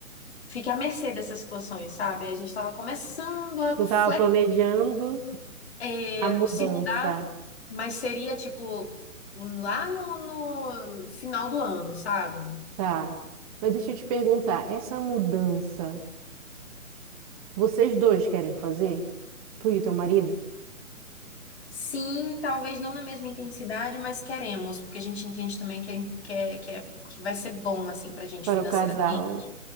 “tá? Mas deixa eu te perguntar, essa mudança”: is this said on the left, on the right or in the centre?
Right